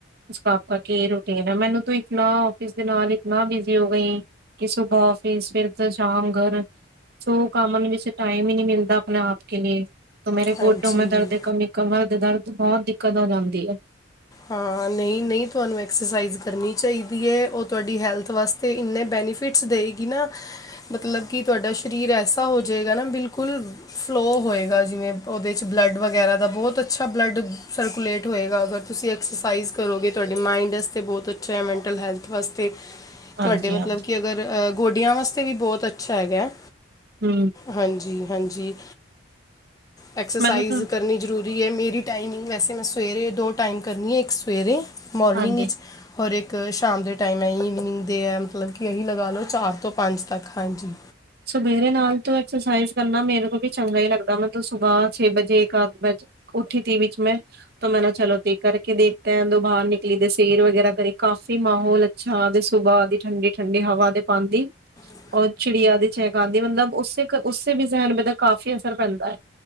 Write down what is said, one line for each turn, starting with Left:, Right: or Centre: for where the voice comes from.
Right: ਉਸਕਾ ਆਪ ਕੀ ਰੂਟੀਨ ਐ ਮੈਨੂੰ ਤੋ ਇਤਨਾ ਆਫਿਸ ਦੇ ਨਾਲ ਇਤਨਾ ਬਿਜ਼ੀ ਹੋ ਗਈ ਕਿ ਸੁਬਹੇ ਆਫਿਸ ਤੇ ਸ਼ਾਮ ਘਰ ਸੋ ਕਮਨ ਵਿੱਚੈੇ ਟਾਈਮ ਹੀ ਨਹੀਂ ਮਿਲਦਾ ਆਪਣੇ ਆਪ ਕੇ ਲੀਏ। ਮੇਰੇ
Left: ਹਾਂਜੀ
Right: ਗੋਟੋ ਮੈਂ ਦਰਦ ਕਬੀ ਕਮਰ ਦੇ ਦਰਦ ਬਹੁਤ ਦਿੱਕਤ ਹੋ ਜਾਂਦੀ ਹੈ।
Left: ਹਾਂ। ਨਹੀਂ-ਨਹੀਂ ਤੁਹਾਨੂੰ ਐਕਸਰਸਾਈਜ਼ ਕਰਨੀ ਚਾਹੀਦੀ ਐ। ਉਹ ਤੁਹਾਡੀ ਹੈਲਥ ਵਾਸਤੇ ਤੇ ਇੰਨੇ ਬੈਨੀਫਿਟਸ ਦੇਈਗੀ ਨਾ ਮਤਲਬ ਕਿ ਤੁਹਾਡਾ ਸਰੀਰ ਐਸਾ ਹੋ ਜਾਏਗਾ ਨਾ ਬਿਲਕੁਲ ਫਲੋਅ ਹੋਏਗਾ। ਜਿਵੇਂ ਉਹਦੇ 'ਚ ਬਲੱਡ ਵਗੈਰਾ ਦਾ ਬਹੁਤ ਅੱਛਾ ਬਲੱਡ ਸਰਕੂਲੇਟ ਹੋਏਗਾ, ਅਗਰ ਤੁਸੀਂ ਐਕਸਰਸਾਈਜ਼ ਕਰੋਗੇ ਤੁਹਾਡੇ ਮਾਇਂਡ ਵਾਸਤੇ ਬਹੁਤ ਅੱਛਾ ਐ ਮੈਂਟਲ ਹੈਲਥ ਵਾਸਤੇ।
Right: ਹਾਂਜੀ
Left: ਤੁਹਾਡੇ ਮਤਲਬ
Right: ਹਾਂ
Left: ਕਿ ਅਗਰ ਗੋਡਿਆਂ ਵਾਸਤੇ ਵੀ ਬਹੁਤ ਅੱਛਾ ਹੈਗੈ।
Right: ਹੂ।
Left: ਹਾਂਜੀ-ਹਾਂਜੀ। ਐਕਸਰਸਾਈਜ਼
Right: ਮੈਨੂੰ ਤਾਂ
Left: ਕਰਨੀ ਜ਼ਰੂਰੀ ਜੇ ਮੇਰੀ ਟਾਈਮਿੰਗ ਵੈਸੇ ਮੈਂ ਸਵੇਰੇ ਦੋ ਟਾਈਮ ਕਰਨੀ ਐ। ਇੱਕ ਸਵੇਰੇ ਮੋਰਨਿੰਗ
Right: ਹਾਂਜੀ
Left: ਵਿੱਚ ਔਰ ਇੱਕ ਸ਼ਾਮ ਦੇ ਟਾਈਮ ਈਵਨਿੰਗ ਦੇ ਐ ਮਤਲਬ ਕਿ ਇਹੀਂ ਲਗਾ ਲਓ ਚਾਰ ਤੋਂ ਪੰਜ ਤੱਕ। ਹਾਂਜੀ।
Right: ਸਵੇਰੇ ਨਾਲ ਤ ਐਕਸਰਸਾਈਜ਼ ਕਰਨਾ ਮੇਰੇ ਕੋ ਵੀ ਚੰਗਾ ਹੀ ਲੱਗਦਾ ਮਤਲਬ ਸੁਬਹ ਛੇ ਵਜੇ ਅੱ ਉੱਠੀ ਤੀ ਵਿੱਚ ਮੈਂ ਤ ਮੈਂ ਨਾ ਚਲੋ ਤੇ ਕਰਕੇ ਦੇਖਤੇ ਐ ਉਦੋਂ ਬਾਹਰ ਨਿਕਲੀ ਦੇ ਸੈਰ ਵਗੈਰਾ ਕਰੀ ਕਾਫ਼ੀ ਮਾਹੌਲ ਛਾ ਤੇ ਸੁਬਾਹ ਦੀ ਠੰਡੀ-ਠੰਡੀ ਹਵਾ ਦੇ ਪਾਂਦੀ।
Left: ਹਾਂ <inaudible>
Right: ਔਰ ਚਿੜੀਆ ਦੀ ਚੈਕਾਂਦੀ ਮਤਲਬ ਉਸੇ, ਉਸੇ ਵੀ ਜ਼ਹਿਣ ਦਾ ਕਾਫ਼ੀ ਅਸਰ ਪੈਂਦਾ।